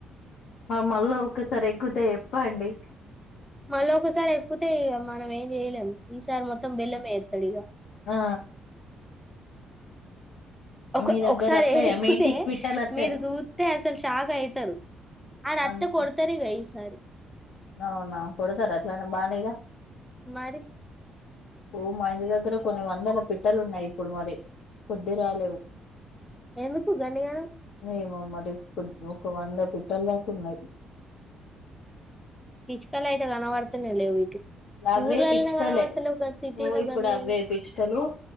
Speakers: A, on the left; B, in the centre.
A: మళ్ళా ఒక్కసారి ఎక్కితే ఎప్పండి
B: మళ్ళ ఒకసారి ఎక్కుతే ఇక మనం ఏం చేయలేము ఈసారి మొత్తం బెల్లమే ఎస్తాడు ఇక
A: ఆ
B: ఒక
A: మీ దగ్గర
B: ఒకసారి
A: అత్తయ్య
B: ఎక్కుతే
A: మీ ఇంటికి పిట్టలు అత్తయ్య
B: మీరు చూస్తతే అసలు షాక్ అయితారు ఆడ అట్టే
A: అంతే
B: కొడతారుగా ఈసారి
A: అవునా కొడతారు అట్లనే బానేగా
B: మరి
A: ఓ మా ఇంటి దగ్గర కొన్ని వందల పిట్టలు ఉన్నాయి ఇప్పుడు మరి కొద్ది రాలేవు
B: ఎందుకు గన్ని గనం
A: ఏమో మరి ఒక వంద పెట్టాలదకున్నాయి
B: పిచుకలు అయితే కానవడతనే లేవు ఇటు
A: అవే
B: ఊర్లలోనే
A: పిచ్చుకలే
B: కనబడతలేవు గా సిటీలో
A: ఓ ఇప్పుడు
B: గన్నేనా
A: అవే పిచ్చుకలు